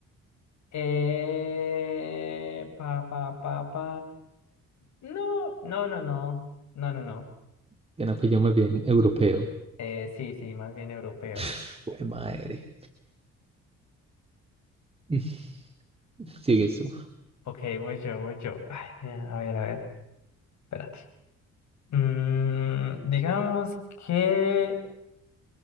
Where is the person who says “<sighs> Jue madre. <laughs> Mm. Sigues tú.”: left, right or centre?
Right